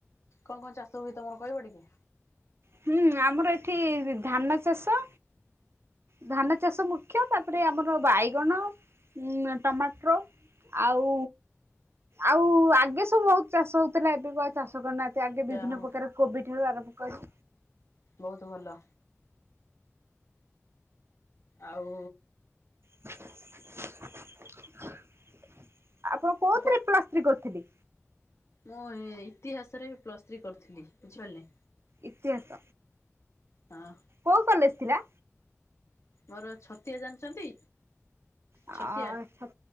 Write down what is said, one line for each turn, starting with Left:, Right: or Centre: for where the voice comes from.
Left: କଁ କଁ ଚାଷ ହୁଏ ତମର କହିବ ଟିକେ।
Right: ହୁଁ ଆମର ଏଠି ଧାନ ଚାଷ। ଧାନ ଚାଷ ମୁଖ୍ୟ ତାପରେ ଆମର ବାଇଗଣ ଉଁ ଟମାଟ୍ରୋ। ଆଉ ଆଉ ଆଗେ ସବୁ ବହୁତ ଚାଷ ହଉଥିଲା ଏବେ କୁ ଆଉ ଚାଷ କରୁନାହାନ୍ତି। ସେ ଆଗେ ବିଭିନ୍ନ
Left: ଯାହା ହଉ।
Right: ପ୍ରକାର କୋବିଠାରୁ ଆରମ୍ଭ କରି।
Left: ବହୁତ୍ ଭଲ ଆଉ।
Right: ଆପଣ କୋଉଥିରେ
Left: ଆଉ କଣ
Right: ପ୍ଲସ୍ ଥ୍ରି କରୁଥିଲେ।
Left: ମୁଁ ଏ ଇତିହାସରେ ପ୍ଲସ୍ ଥ୍ରୀ କରିଥିଲି ବୁଝିପାରିଲେ।
Right: ଇତିହାସ
Left: ହଁ।
Right: କୋଉ କଲେଜ ଥିଲା?
Left: ମୋର ଛତିଆ ଜାଣିଛନ୍ତି।
Right: ଅ
Left: ଛତିଆ